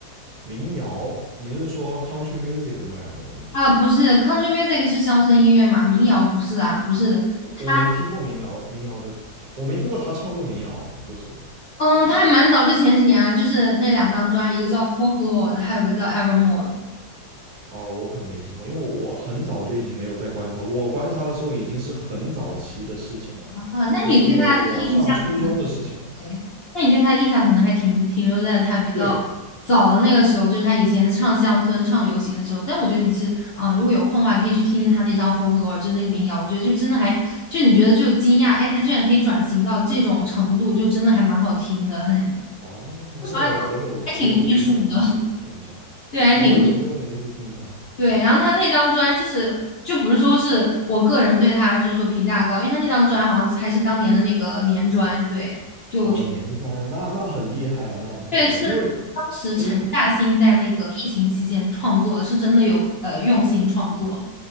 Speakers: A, on the right; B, on the left.
A: 民谣，你是说 country music 那两个专辑吗？
B: 啊，不是，country music 是乡村音乐嘛，民谣不是啊，不是他，
A: 我我没听过民谣，民谣的他，我没听过他唱过民谣，就是
B: 嗯，他还蛮早，就前几年啊，就是那两张专，一个叫 Folklore，还有一个叫 Evermore
A: 哦，我可能没听过，因为我我很早就已经没有再关注他，我关注他的时候已经是很早期的事情了，
B: 啊。那你对他的印象？
A: 就是我上初中的事情了。
B: 哎，那你对他的印象可能还停停留在他比较
A: 对，
B: 早的那个时候，就是他以前唱乡村、唱流行的时候。但我觉得你是，啊、如果有空的话，可以去听听他那张《Folklore》，就是那个民谣。我觉得就真的还，就你觉得就惊讶，哎，他居然可以转型到这种程度，就真的还蛮好听的，很，
A: 哦，
B: 说实话就
A: 那我我有我有机会肯定会去听一下，
B: 还挺艺术的，<laughs> 对，还挺艺，
A: 啊，我有机会肯定去听一下。
B: 对。然后他那张专就是。就不是说是我个人对他就是说评价高，因为他那张专好像还是当年的那个年专，对，就。
A: 哦，年专，那那很厉害了，那这样子，
B: 对，是当
A: 因为
B: 时陈嘉欣在那个疫情期间创作的，
A: 因为
B: 是真的有呃用心创作。